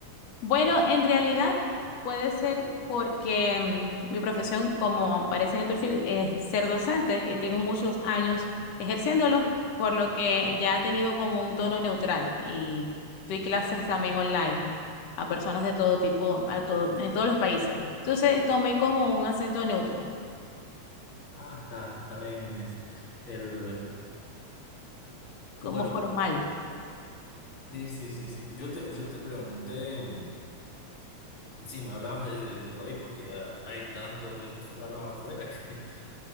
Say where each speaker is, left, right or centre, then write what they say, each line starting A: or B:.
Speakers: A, on the left (about 65°); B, on the left (about 45°).
A: Bueno, en realidad puede ser porque mm, mi profesión, como aparece en el perfil, es ser docente y tengo muchos años ejerciéndolo, por lo que ya he tenido como un tono neutral y doy clases también online a personas de todo tipo, a todo, en todos los países. Entonces tomé como un acento neutro,
B: Ah, está, está bien. eso. el...
A: como
B: Bueno,
A: formal.
B: sí, sí, sí, sí. Yo te, yo te pregunté, sí, me hablabas de, de tu país porque ha- hay tantos venezolanos afuera que... <laughs>